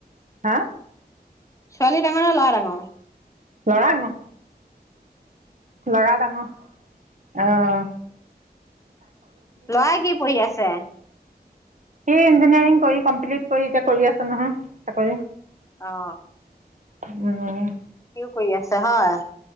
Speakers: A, on the right; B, on the left.
A: হা?
B: ছোৱালী ডাঙৰ নে ল'ৰা ডাঙৰ?
A: ল'ৰা ডাঙৰ। ল'ৰা ডাঙৰ, আ'হ!
B: ল'ৰায়ে কি পঢ়ি আছে?
A: সি ইঞ্জিনিয়াৰিং কৰি, ‌ কমপ্লিট কৰি, এতিয়া কৰি আছে নহয়, চাকৰি।
B: আ'হ!
A: উম!
B: কি কৰি আছে হয়?